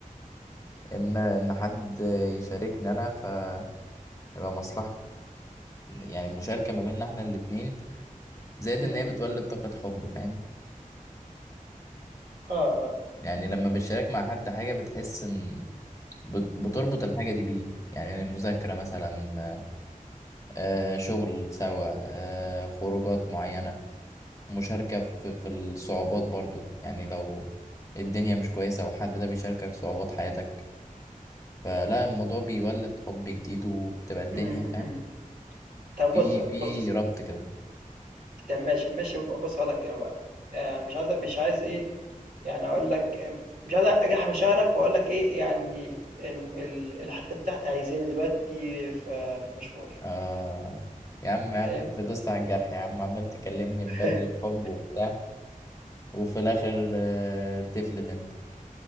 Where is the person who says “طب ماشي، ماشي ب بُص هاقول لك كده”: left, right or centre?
Right